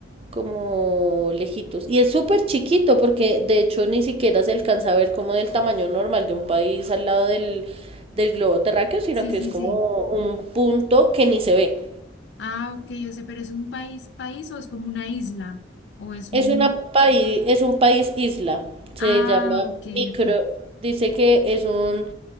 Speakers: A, on the right (about 30°); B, on the left (about 65°).
A: como lejitos. Y es súper chiquito porque de hecho ni siquiera se alcanza a ver como del tamaño normal de un país al lado del, del globo terráqueo, sino
B: Sí,
A: que
B: sí,
A: es como
B: sí.
A: un punto que ni se ve.
B: Ah, ok, yo sé, pero ¿es un país, país o es como una isla? ¿O es un...
A: Es una país, es un país isla, se
B: Ah,
A: llama
B: ok,
A: micro,
B: ok.
A: dice que es un